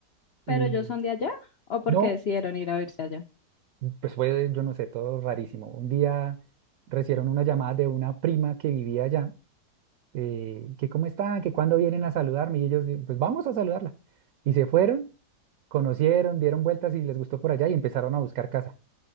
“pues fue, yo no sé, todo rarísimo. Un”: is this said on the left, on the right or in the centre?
Right